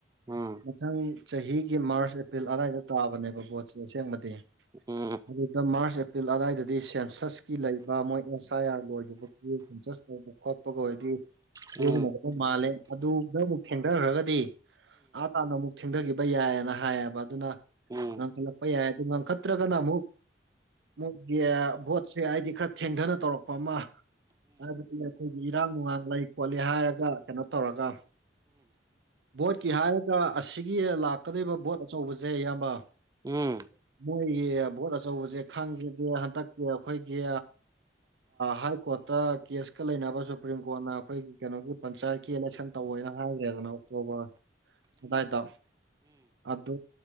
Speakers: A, on the right; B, on the right.
A: ꯎꯝ
B: ꯃꯊꯪ ꯆꯍꯤꯒꯤ ꯃꯥꯔꯁ ꯑꯦꯄ꯭ꯔꯤꯜ ꯑꯋꯥꯏꯗ ꯇꯥꯕꯅꯦꯕ ꯕꯣꯠꯁꯦ ꯑꯁꯦꯡꯕꯗꯤ
A: ꯎꯝ
B: ꯑꯗꯨꯗ ꯃꯥꯔꯁ ꯄꯄꯤꯜ ꯑꯗꯥꯋꯥꯏꯗꯗꯤ ꯁꯦꯟꯁꯁꯀꯤ ꯂꯩꯕ ꯃꯣꯏ ꯑꯦꯁ ꯑꯥꯏ ꯑꯥꯔ ꯂꯣꯏꯈꯤꯕꯒꯤ ꯁꯦꯟꯁꯁ ꯇꯧꯕ ꯈꯣꯠꯄꯒ ꯑꯣꯏꯗꯤ
A: ꯑꯣ
B: ꯂꯌꯧꯅꯕꯗ ꯃꯥꯜꯂꯦ ꯑꯗꯨꯗ ꯑꯃꯨꯛ ꯊꯦꯡꯊꯈ꯭ꯔꯒꯗꯤ ꯑꯥ ꯇꯥꯅ ꯑꯃꯨꯛ ꯊꯦꯡꯊꯈꯤꯕ ꯌꯥꯏꯌꯦꯅ ꯍꯥꯏꯌꯦꯕ ꯑꯗꯨꯅ
A: ꯎꯝ
B: ꯉꯥꯡꯈꯠꯂꯛꯄ ꯌꯥꯏ ꯑꯗꯨ ꯉꯥꯡꯈꯠꯇ꯭ꯔꯒꯅ ꯑꯃꯨꯛ ꯃꯣꯏꯒꯤ ꯚꯣꯠꯁꯦ ꯍꯥꯏꯗꯤ ꯈꯔ ꯊꯦꯡꯊꯅ ꯇꯧꯔꯛꯄ ꯑꯃ ꯍꯥꯏꯕꯗꯤ ꯑꯩꯈꯣꯏꯒꯤ ꯏꯔꯥꯡ ꯅꯨꯡꯉꯥꯡ ꯂꯩ ꯈꯣꯠꯂ ꯍꯥꯏꯔꯒ ꯀꯩꯅꯣ ꯇꯧꯔꯒ ꯕꯣꯠꯀꯤ ꯍꯥꯏꯔꯒ ꯑꯁꯤꯒꯤ ꯂꯥꯛꯀꯗꯧꯕ ꯕꯣꯠ ꯑꯆꯧꯕꯁꯦ ꯏꯌꯥꯝꯕ
A: ꯎꯝ
B: ꯃꯣꯏꯒꯤ ꯚꯣꯠ ꯑꯆꯧꯕꯁꯦ ꯈꯪꯈꯤꯗꯦ ꯍꯟꯗꯛꯀꯤ ꯑꯩꯈꯣꯏꯒꯤ ꯍꯥꯏ ꯀꯣꯔꯠꯇ ꯀꯦꯁꯀ ꯂꯩꯅꯕ ꯁꯨꯄ꯭ꯔꯤꯝ ꯀꯣꯔꯠꯅ ꯑꯩꯈꯣꯏꯒꯤ ꯀꯩꯅꯣꯒꯤ ꯄꯟꯆꯥꯌꯦꯠ ꯑꯦꯂꯦꯛꯁꯟ ꯇꯧ ꯍꯥꯏꯅ ꯍꯥꯏꯈ꯭ꯔꯦꯗꯅ ꯑꯣꯛꯇꯣꯕꯔ ꯑꯗꯨꯗꯥꯏꯗ ꯑꯗꯣ